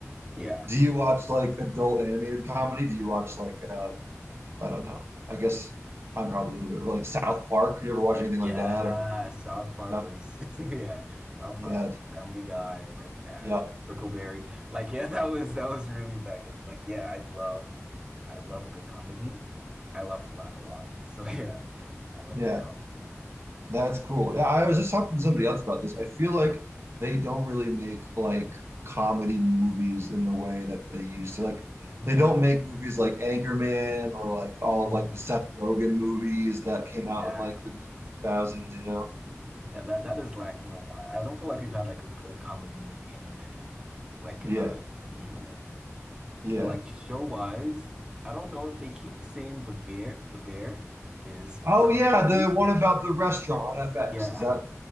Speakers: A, on the right; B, on the right.
A: Yeah.
B: Do you watch like adult animated comedy? Do you watch like um, I don't know. I guess I'm probably a little bit well, like South Park. You ever watch anything
A: Yeah,
B: like that? Or
A: South Park
B: yeah,
A: was <laughs> yeah, South
B: yeah,
A: Park, Family Guy, American Dad,
B: yeah,
A: Brickleberry.
B: yeah.
A: Like yeah, <laughs> that was that was really back in like yeah, I love I love a good comedy. I love to laugh a lot. <laughs> So yeah, I love
B: Yeah.
A: good comedy.
B: That's cool. Yeah, I was just talking to somebody else about this. I feel like they don't really make like comedy movies in the way that they used to. Like
A: Yeah.
B: they don't make movies like Anchorman or like all
A: Mm,
B: of like the Seth Rogen movies that came out
A: yeah.
B: in like the mid 2000s, you know?
A: Yeah, that that is lacking a lot. I don't feel like we've had like a good comedy movie in a minute. Like
B: Yeah.
A: in a in a minute.
B: Yeah.
A: But like show wise, I don't know. They keep saying The Bear, The Bear is a
B: Oh
A: comedy.
B: yeah, the one about the restaurant on FX.
A: Yeah,
B: Is that?